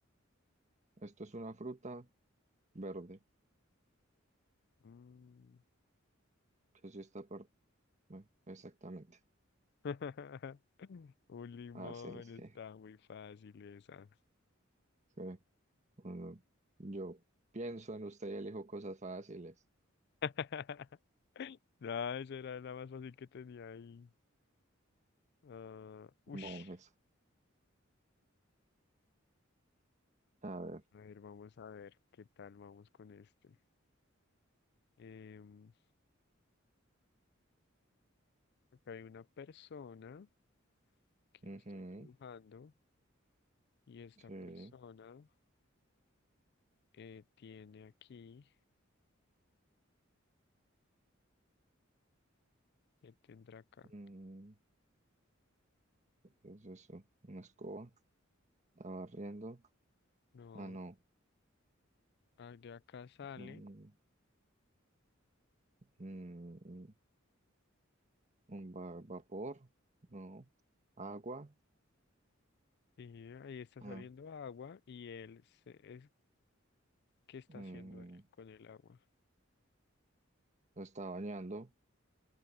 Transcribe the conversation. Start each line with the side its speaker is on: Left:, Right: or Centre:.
Right: esto es una fruta verde,
Left: Mm.
Right: que sí está por... bueno, exactamente.
Left: <laughs> Un limón
Right: fáciles
Left: está
Right: que,
Left: muy fácil esa.
Right: que uno- yo pienso en usted y elijo cosas fáciles,
Left: <laughs> No, eso era la más fácil que tenía ahí. Ah, ush.
Right: monjes. A ver.
Left: A ver, vamos a ver qué tal vamos con este. Em, acá hay una persona que
Right: ujú,
Left: lo estoy dibujando y esta
Right: Sí.
Left: persona eh, tiene aquí, ¿qué tendrá acá?
Right: mm, ¿qué es eso? Una escoba. Estaba barriendo.
Left: No,
Right: Ah, no.
Left: ah, de acá sale
Right: mm, mm, mm. Un va- vapor, no. Agua,
Left: y ahí está
Right: ah,
Left: saliendo agua y él se- es, ¿qué está
Right: mm,
Left: haciendo él con el agua?
Right: lo está bañando,